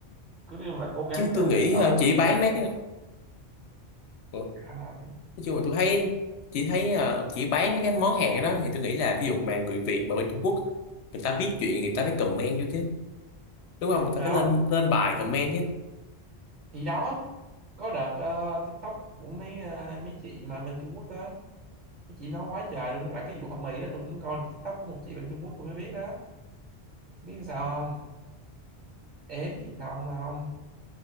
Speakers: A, on the right; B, on the left.
A: cứ nói chung là cố gắng
B: chứ
A: gỡ
B: tôi nghĩ
A: gỡ
B: ờ,
A: lại
B: chỉ
A: nhé.
B: bán mấy cái Ừ,
A: gỡ lại
B: nói chung là tôi thấy chỉ thấy ờ, chỉ bán mấy cái món hàng đó thì tôi nghĩ là ví dụ mà người Việt mà bên Trung Quốc người ta viết chuyện người ta phải comment vô chứ đúng
A: thì có
B: không người
A: mà
B: ta phải lên
A: không
B: lên bài comment chứ
A: thì đó có đợt ờ, TikTok của mấy ờ, mấy chị mà bên Trung Quốc á mấy chị nói quá trời luôn là cái vụ hộp mì đó tôi cũng coi được TikTok của một chị bên Trung Quốc tôi mới biết đó biết sao không ếm truyền thông không